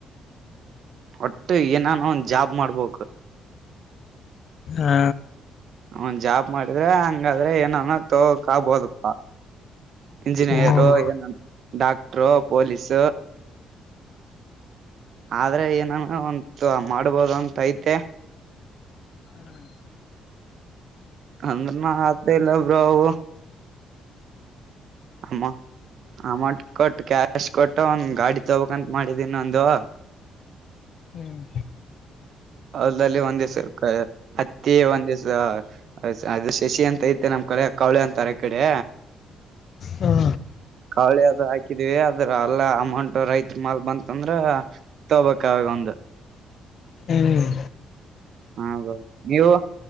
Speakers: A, on the left; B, on the right.
A: ಹ್ಮ್
B: ಬಿಟ್ಟು ಏನಾನ ಒಂದ ಜಾಬ್ ಮಾಡಬೇಕು
A: ಹಾ
B: ಅವನ್ ಜಾಬ್ ಮಾಡಿದ್ರೆ ಹಂಗಾದ್ರೆ ನಾನ ತಕಬೋದುಪ್ಪ ಇಂಜಿನಿಯರು
A: ಹ್ಮ್
B: ಏ ಡಾ ಪೊಲೀಸ್ ಆದ್ರೆ ಏನಾನ ಒಂತ ಮಾಡ್ಬೋದ ಅಂತಯತ ತ್ತ
A: ಹ್ಮ
B: ಹಂಗನ ಆತ ಇಲ್ಲ ಬ್ರವು ಆಮ್ಮ ಆಮ ಕಟ್ ಕ್ಯಾಶ್ ಕೊಟ್ಟ ಒಂದ ಗಾಡಿ ತಗೋಕ್ಂತ ಮಾಡಿದೀನ ಒಂದು
A: ಹ್ಮ್
B: ಅದಲ್ಲಿ ಒಂದ್ಿವ್ಸ ಹತ್ತಿ ಒಂದ ದಿವ್ಸ ಅ ಶಶಿ ಅ ಐತೆ ನಮ್ ಕಡೆ ಕಳೆ ಅಂತಾರೆ ಕಡೆ
A: ಹಾ
B: ಕೌಳಿ ಅದು ಹಾಕಿದೀವಿ ಅದ್ರ ಎಲ್ಲ ಅಮೌಂಟ್ ರೈತರ ಮಾಲ ಬಂತಂದ್ರ ತೊಬೇಕ ಅವಾಗ ಒಂದು
A: ಹ್ಮ್.
B: ಹೌದು ನೀವು.